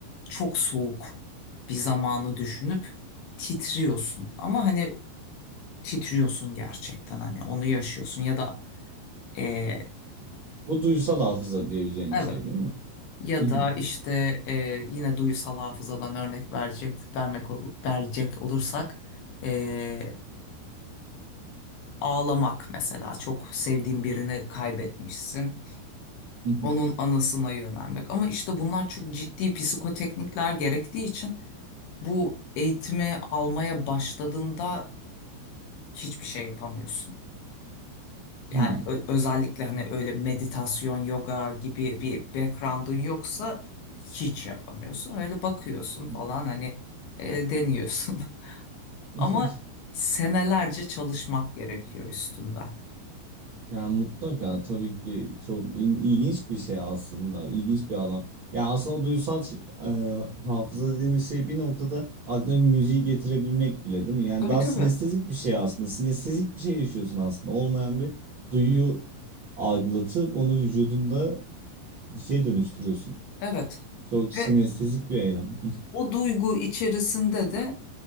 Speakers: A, on the left; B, on the right.
A: çok soğuk bir zamanı düşünüp titriyorsun. Ama hani titriyorsun gerçekten hani onu yaşıyorsun ya da e,
B: Bu duygusal hafıza diyebileceğimiz
A: evet
B: şey değil mi?
A: ya
B: Hı hı,
A: da işte e, yine duyusal hafızadan örnek verecek vermek ol- verecek olursak e, ağlamak mesela çok sevdiğin birini kaybetmişsin.
B: hı
A: onun anısına yönelmek. Ama işte bunlar çok ciddi psikoteknikler gerektiği için bu eğitimi almaya başladığında hiçbir şey yapamıyorsun. Yani
B: hı,
A: ö- özellikle hani öyle meditasyon, yoga gibi bir background'un yoksa hiç yapamıyorsun. Öyle bakıyorsun falan
B: hı
A: hani e, deniyorsun. <laughs>
B: hı.
A: Ama senelerce çalışmak gerekiyor üstünde.
B: Yani mutlaka tabii ki çok il- ilginç bir şey aslında. ilginç bir alan. Ya aslında o duysal ç- e, hafıza dediğimiz şey bir noktada aklına bir müziği getirebilmek bile değil mi? Yani
A: Tabii
B: daha
A: tabii.
B: sinestezik bir şey aslında. Sinestezik bir şey yaşıyorsun aslında. Olmayan bir duyuyu algılatıp onu vücudunda bir şey dönüştürüyorsun.
A: Evet.
B: Çok sinestezik
A: Ve
B: bir eylem.
A: o duygu içerisinde de